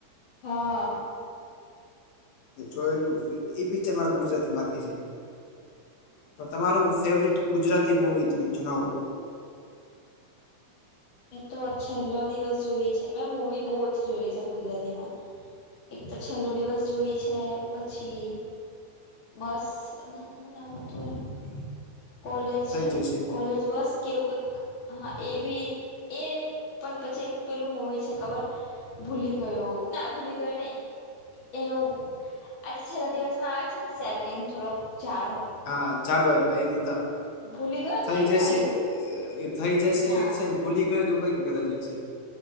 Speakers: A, on the left; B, on the left.
A: હા
B: જોયલું <unintelligible> એ પિક્ચર મારા ગુજરાતી બાકી છે તો તમારું ફેવરિટ ગુજરાતી મૂવી તમે જણાવો?
A: મે તો છેલ્લો દિવસ જોઈ છે મેં મૂવી બો ઓછી જોઈલી છે ગુજરાતીમાં એક તો છેલ્લો દિવસ જોઈ છે પછી બસ ના સુ નામ હતું એનું કોલેજ
B: થઈ જશે
A: કોલેજ બસ કેવુ કંઈ હા એ ભી એ પણ પછી એક પેલું મુવી છે ખબર ભૂલી ગયો ના ભૂલી ગયો નઈ એનું આજે છેલ્લા દિવસમાં આવે છેને સેકન્ડ થોડોક ઝારો
B: હા ઝાડો એનું થ
A: ભૂલી ગયો
B: થઈ
A: કે હું
B: જશે
A: એવું કે
B: અઅએ થઈ જશે
A: ના
B: એક છે ને ભૂલી ગયો એ કંઈ કદાચ એક છે